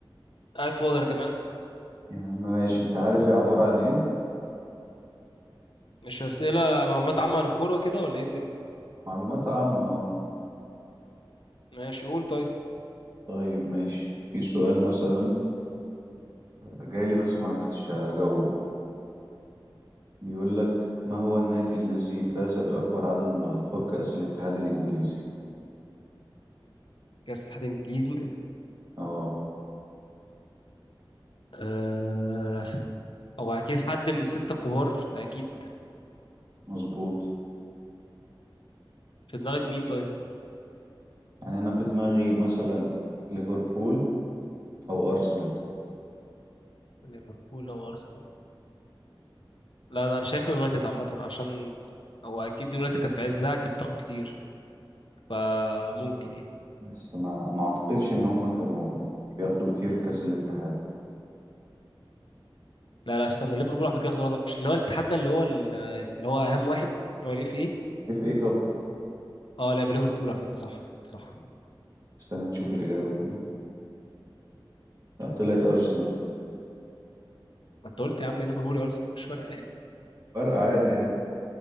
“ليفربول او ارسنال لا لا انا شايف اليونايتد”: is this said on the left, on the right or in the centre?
Left